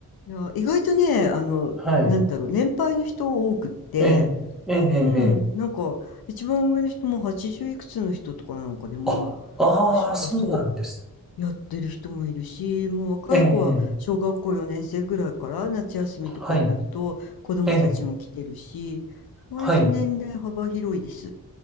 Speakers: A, on the left; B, in the centre.
A: いや、意外とね、あの、
B: はい。
A: なんだろう、年配の人多くって、
B: ええ、ええ、ええ。
A: うん、
B: ええ
A: なんか、一番上の人も80いくつの人とかなんかでも、
B: あ、ああ、
A: 予しあ、
B: そうなんです。
A: そう、やってる人もいるし、もう若い子は小学校4年生ぐらいから夏休みとかになると子供たちも来てるし、
B: ええ、ええはい。ええ、
A: 割と年齢幅広いです。
B: はい。